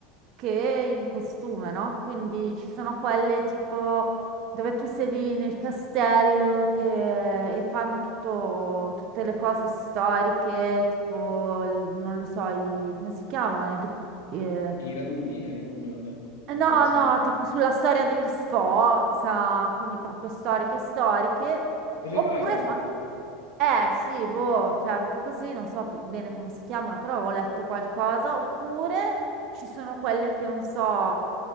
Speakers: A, on the right; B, on the left.
A: che in costume, no? Quindi ci sono quelle tipo dove tu sei lì nel castello che... e fanno tutto- tutte le cose storiche, tipo, il- non lo so, i- come si chiamano? I, du- eh,
B: i raduni, le reunion,
A: eh, No,
B: forse.
A: no, tipo sulla storia degli Sforza, quindi proprio storiche storiche,
B: Il
A: oppure
B: revival,
A: fanno... Eh sì, boh, cioè proprio così, non so bene come si chiamano, però ho letto qualcosa, oppure ci sono quelle che non so,